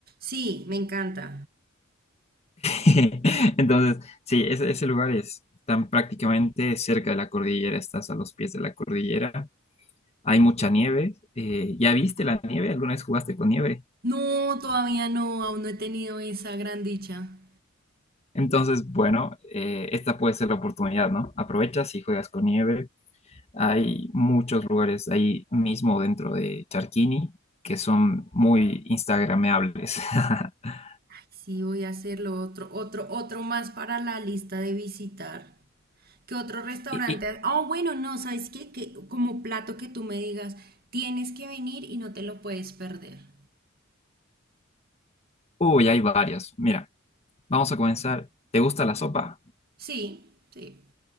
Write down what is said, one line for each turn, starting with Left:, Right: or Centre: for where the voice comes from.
Right: Sí, me encanta.
Left: <laughs> Entonces, sí, ese, ese lugar es tan prácticamente cerca de la cordillera, estás a los pies de la cordillera, hay mucha nieve, eh, ¿ya viste la nieve? ¿Alguna vez jugaste con nieve?
Right: No, todavía no, aún no he tenido esa gran dicha.
Left: Entonces, bueno, eh, esta puede ser la oportunidad, ¿no? Aprovechas y juegas con nieve. Hay muchos lugares ahí mismo dentro de Charquini que son muy instagrameables. <laughs>
Right: Sí, voy a hacerlo otro, otro, otro más para la lista de visitar. ¿Qué otro restaurante?
Left: Y, y-
Right: Oh, bueno, no, ¿sabes qué? Que como plato que tú me digas, tienes que venir y no te lo puedes perder.
Left: uy, hay varios. Mira, vamos a comenzar. ¿Te gusta la sopa?
Right: Sí, sí,